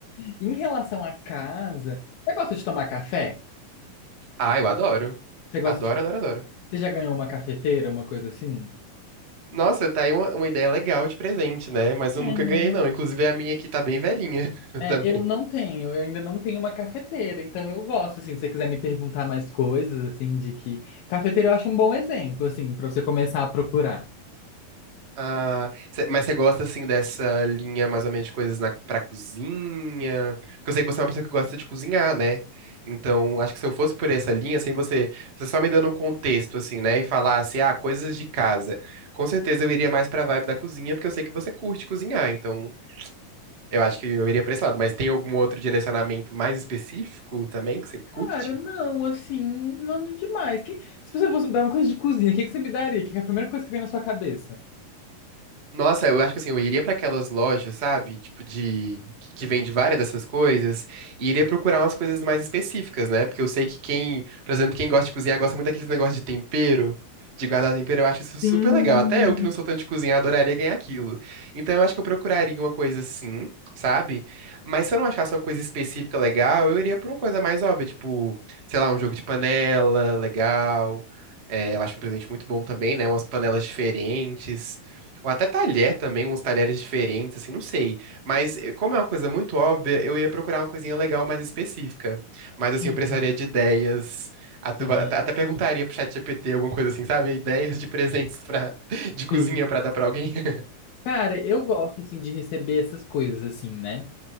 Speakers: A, on the left (about 85°); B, on the right (about 50°).
A: em relação à casa, você gosta de tomar café?
B: Ah, eu adoro.
A: Você gosta
B: Adoro,
A: de...
B: adoro, adoro.
A: Você já ganhou uma cafeteira, uma coisa assim?
B: Nossa, tá aí uma, uma ideia legal de presente, né? Mas
A: É,
B: eu nunca
A: né?
B: ganhei, não. Inclusive a minha aqui tá bem velhinha <laughs>
A: É,
B: também.
A: eu não tenho, eu ainda não tenho uma cafeteira, então eu gosto, assim, se você quiser me perguntar mais coisas, assim, de que... Cafeteira eu acho um bom exemplo, assim, pra você começar a procurar.
B: Ah, cê- mas você gosta assim dessa linha mais ou menos de coisas na, pra cozinha? Porque eu sei que você é uma pessoa que gosta de cozinhar, né? Então, acho que se eu fosse por essa linha, assim, você, você só me dando um contexto, assim, né? E falasse, ah, coisas de casa. Com certeza eu iria mais pra vibe da cozinha, porque eu sei que você curte cozinhar. Então, eu acho que eu iria pra esse lado. Mas tem algum outro direcionamento mais específico também que você
A: Cara,
B: curte?
A: não, assim, nada demais. Que... Se você fosse me dar uma coisa de cozinha, o que que você me daria? Que é a primeira coisa que vem na sua cabeça?
B: Nossa, eu acho que assim, eu iria pra aquelas lojas, sabe? Tipo de que, que vende várias dessas coisas e iria procurar umas coisas mais específicas, né? Porque eu sei que quem, por exemplo, quem gosta de cozinhar gosta muito daqueles negócios de tempero, de guardar tempero, eu acho isso
A: Sim,
B: super legal. Até eu que não sou tanto de cozinhar, adoraria ganhar aquilo. Então eu acho que eu procuraria uma coisa assim, sabe? Mas se eu não achasse uma coisa específica legal, eu iria por uma coisa mais óbvia, tipo, sei lá, um jogo de panela legal. É, eu acho um presente muito bom também, né? Umas panelas diferentes. Ou até talher também, uns talheres diferentes, assim, não sei. Mas eh, como é uma coisa muito óbvia, eu ia procurar uma coisinha legal mais específica. Mas
A: sim,
B: assim, eu precisaria de ideias. Até,
A: sim,
B: até- até perguntaria pro ChatGPT alguma coisa assim, sabe? Ideias de presentes pra, <laughs> de cozinha
A: sim.
B: pra dar pra alguém. <laughs>
A: Cara, eu gosto assim de receber essas coisas assim, né?